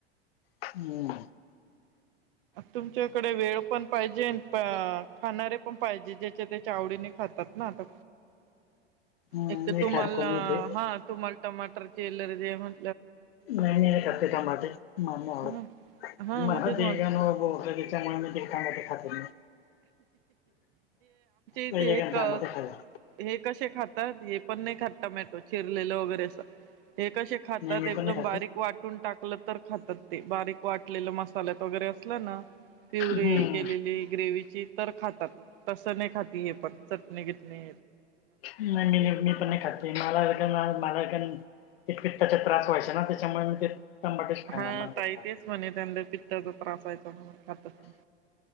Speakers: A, on the left (about 60°); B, on the right (about 55°).
A: हम्म
B: तुमच्याकडे वेळ पण पाहिजे खाणारे पण पाहिजे ज्याच्या त्याच्या आवडीने खातात ना आता
A: हम्म
B: एक तर
A: नाही
B: तुम्हाला
A: खात कोणी इथे
B: हा तुम्हाला टमाट तर केलेले जेवण
A: नाही मी नाही खाते टमाटे मला नाही
B: हा हा मी
A: आवडत
B: तेच म्हटलं
A: त्याच्यामुळे मी ते टमाटे खात नाही.
B: ते
A: पहिले गाणं
B: एक
A: टमाटे खाल्ले
B: हे कशे खातात. हे पण नाही खात टोमॅटो चिरलेलं वगैरे असं ते कशे खातात
A: नाही मी
B: एकदम
A: पण नाही खाते
B: बारीक वाटून टाकल तर खातात ते बारीक वाटलेलं मसाल्यात वगैरे असलं ना प्युरी
A: हम्म
B: केलेली ग्रेवीची तर खातात तसं नाही खाती हे पण चटणी बिटणी
A: नाही मी पण नाही खात मला क ना मला पित्ताचा त्याचा त्रास व्हायचा ना त्याच्यामुळे मग ते टमाटेच खाणार
B: हा
A: मला फक्त
B: ताई तेच म्हणे त्यांना पित्ताचा त्रास व्हायचा म्हणून खातच नाही.